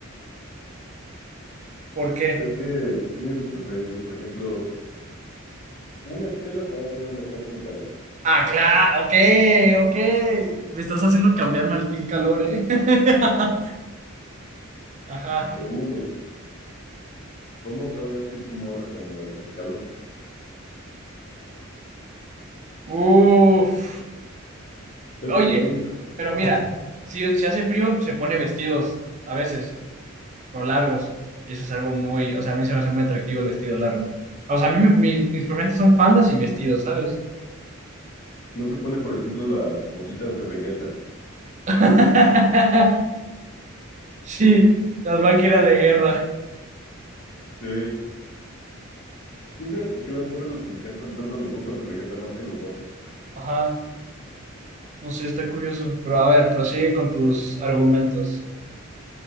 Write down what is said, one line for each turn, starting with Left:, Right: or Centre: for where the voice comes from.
Right: ¿Por qué?
Left: es que tiene sus preferencias. Por ejemplo, una chela te va a saber mejor con calor.
Right: Ah, claro, ok, ok. Me estás haciendo cambiarme al team calor, ¿eh? <laughs> Ajá.
Left: Segundo, ¿cómo se va a vestir tu morra cuando hace calor?
Right: Uf.
Left: Te
Right: Oye,
Left: pregunto,
Right: pero mira, si se hace frío, se pone vestidos a veces. o largos. Y eso es algo muy, o sea, a mí se me hace muy atractivo el vestido largo. O sea, a mí me- mi- mis problemas son faldas y vestidos, ¿sabes?
Left: ¿no se pone, por ejemplo, las botitas de Vegeta?
Right: <laughs> Sí, las máquinas de guerra.
Left: Eh, ¿quién sabe por qué las morras les encantan tanto las botas de Vegeta más que los vatos?
Right: Ajá, no sé, está curioso. Pero a ver, prosigue con tus argumentos.